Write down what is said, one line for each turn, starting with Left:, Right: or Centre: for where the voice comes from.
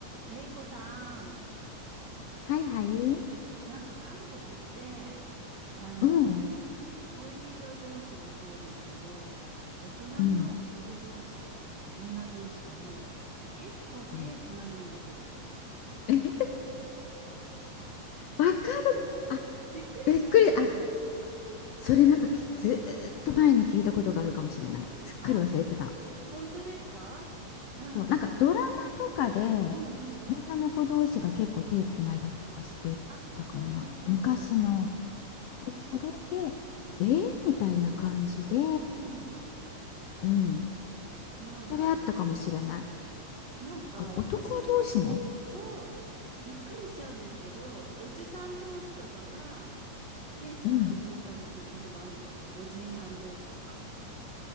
Right: レイコさん、
Left: はいはい。
Right: なんか韓国って、あのー恋人同士もそうですけど、
Left: うん。
Right: 大人の男同士、
Left: うん。
Right: 女同士でも結構手つなぐんですよ。
Left: うん。え、わかる
Right: びっくりしま、
Left: か。あ、
Right: びっくりしますよね。
Left: びっくり。あ、それなんかきずーっと前に聞いたことがあるかもしれない。すっかり忘れてた。
Right: あ、本当ですかなんか、
Left: そう、なんかドラマとかで女の子同士が結構手つないだりとかしてたかな。
Right: うんうん。あ、そうそうそうそう。
Left: 昔の。でそれで、
Right: そ
Left: えー、みたいな感じで、
Right: う。うん。
Left: うん。
Right: そうなんですよ。
Left: それあったかもしれない。
Right: なんか私も、
Left: あ、男同士も
Right: そう、びっくりしちゃうんですけど、おじさん同士とかが手つないでたりすることもあるんですよ。
Left: うん。
Right: おじいさん同士とか。